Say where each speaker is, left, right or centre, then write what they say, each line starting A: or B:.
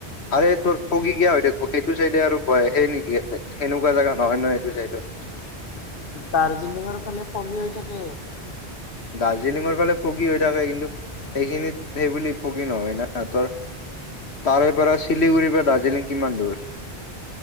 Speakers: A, on the left; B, on the left.
A: আৰে তোৰ ফগী কিয় হৈ থাকব সেইটো চাইডে আৰু সেই নেকি? সেনেকুৱা জেগা নহয় ন এইটো চাইডত
B: দাৰ্জিলিংঙৰ ফালে ফগী হৈ থাকে।
A: দাৰ্জিলিংৰ ফালে ফগী হৈ থাকে কিন্তু সেইখিনিত সেই বুলি ফগী নহয় না তোৰ তাৰে পৰা শিলিগুৰি পৰা দাৰ্জিলিং কিমান দূৰ